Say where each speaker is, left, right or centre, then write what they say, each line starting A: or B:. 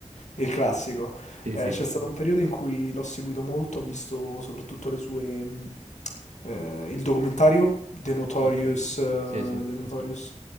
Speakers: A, on the left; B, on the right.
A: il classico.
B: Sì,
A: Eh,
B: sì.
A: c'è stato un periodo in cui l'ho seguito molto, ho visto soprattutto le sue, mh, eh, il documentario, The Notorious,
B: Ok.
A: eh,
B: Sì, sì.
A: The Notorious,